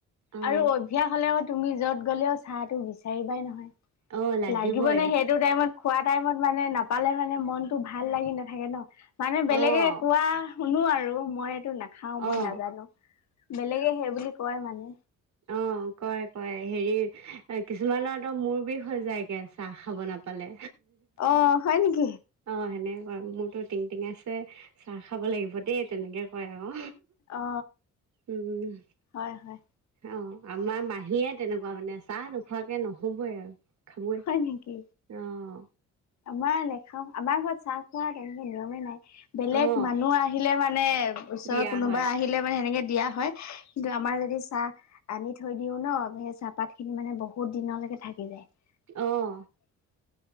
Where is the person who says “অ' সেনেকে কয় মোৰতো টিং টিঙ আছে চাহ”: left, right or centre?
Right